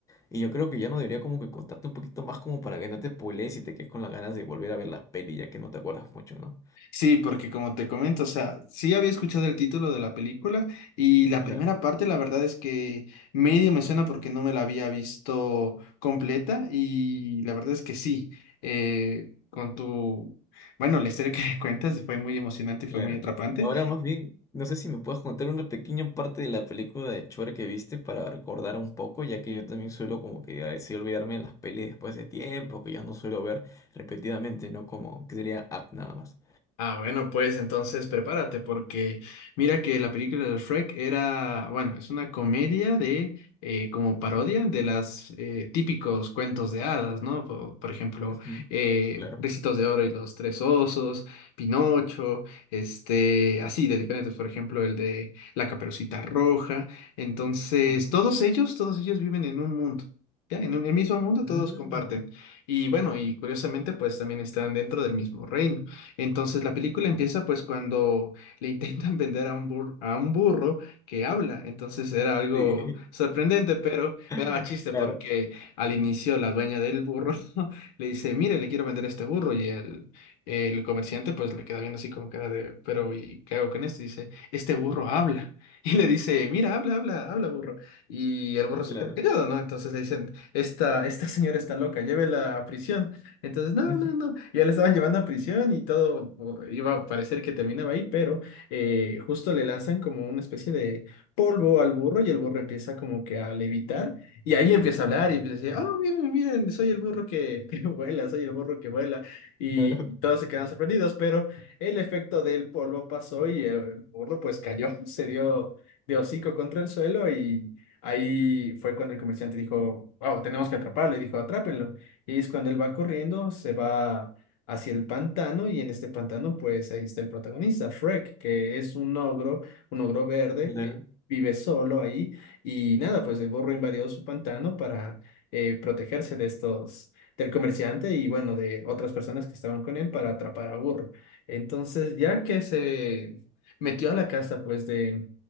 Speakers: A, on the left; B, on the left.
A: Y yo creo que ya no debería como que contarte un poquito más como para que no te spoilees y te quedes con las ganas de volver a ver la peli, ya que no te acuerdas mucho, ¿no?
B: Sí, porque como te comento, o sea, sí había escuchado el título de la película y la
A: Claro,
B: primera parte, la verdad es que medio me suena porque no me la había visto completa y la verdad es que sí, eh, con tu, bueno, la historia que <laughs> cuentas fue muy emocionante y fue
A: claro.
B: muy atrapante.
A: Ahora más bien, no sé si me puedes contar una pequeña parte de la película de Chore que viste para recordar un poco, ya que yo también suelo como que a veces olvidarme de las pelis después de tiempo, que ya no suelo ver repetidamente, ¿no? Como que sería app nada más.
B: Ah, bueno, pues entonces prepárate porque mira que la película de Shrek era, bueno, es una comedia de, eh, como parodia de las eh, típicos cuentos de hadas, ¿no? Po- Por, ejemplo,
A: Ujú.
B: eh,
A: Claro.
B: Ricitos de Oro y los Tres Osos, Pinocho, este, así de diferentes, por ejemplo, el de La Caperucita Roja. Entonces,
A: Claro.
B: todos ellos, todos ellos viven en un mundo. Ya, en un- el mismo mundo todos
A: Mm,
B: comparten. Y bueno, y curiosamente, pues también están dentro del mismo reino. Entonces la película
A: claro,
B: empieza pues cuando le intentan <laughs> vender a un burro, a un burro que habla. Entonces era algo
A: sí.
B: sorprendente, pero
A: <laughs>
B: me daba chiste
A: Claro,
B: porque al inicio la dueña del burro <laughs> le dice, mire, le quiero vender este burro y el, el comerciante pues le queda viendo así con cara de, pero ¿y qué hago con esto? Y dice, este burro habla. <laughs> Y le dice, mira, habla, habla, habla, burro. Y el burro se
A: claro.
B: queda callado, ¿no? Entonces le dicen, esta, esta señora está loca, llévela a prisión. Entonces, no,
A: <laughs>
B: no, no. Ya le estaban llevando a prisión y todo o- iba a parecer que terminaba ahí, pero eh, justo le lanzan como una especie de polvo al burro y el burro empieza como que a levitar y ahí empieza a hablar y empieza a decir, oh, miren, miren, soy el burro que, que <laughs> vuela, soy el burro que vuela. Y
A: Claro,
B: todos se quedan sorprendidos, pero el efecto del polvo pasó y el, el burro pues cayó, <laughs> se dio de hocico contra el suelo y... Ahí fue cuando el comerciante dijo, wow, tenemos que atraparlo. Y dijo, atrápenlo. Y es cuando él va corriendo, se va hacia el pantano y en este pantano pues ahí está el protagonista, Shrek, que es un ogro, un ogro verde,
A: claro.
B: eh, vive solo ahí y nada, pues el burro invadió su pantano para eh, protegerse de estos, del comerciante y bueno, de otras personas que estaban con él para atrapar a burro. Entonces ya que se metió a la casa pues de